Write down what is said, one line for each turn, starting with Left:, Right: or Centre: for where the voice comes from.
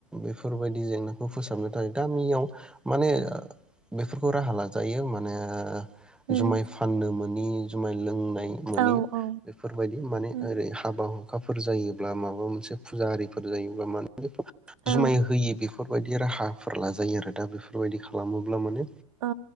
Centre: बेफोरबायदि जेंनाखौ फोसाबनो थाखाय गामियाव माने बेफोरखौ राहा लाजायो माने
Right: उम
Centre: जुमाय फाननो मो नि जुमाय लोंनाय मोनि
Right: औ औ
Centre: बेफोरबायदि माने
Right: उम
Centre: ओरै हाबा हु हुखाफोर जायोब्ला माबा मोनसे फुजा आरिफोर जायोब्ला माने बे
Right: औ
Centre: जुमाय होयो बेफोर बेफोरबायायदि राहाफोर लाजायो आरो दा बेफोरबायदि खालामोब्ला माने
Right: औ